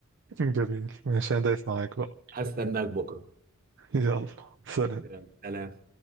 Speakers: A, on the right; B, on the right.
A: جميل ماشي انا دايس معاك بقى
B: هستناك بكره
A: يلا سلام
B: يلا سلام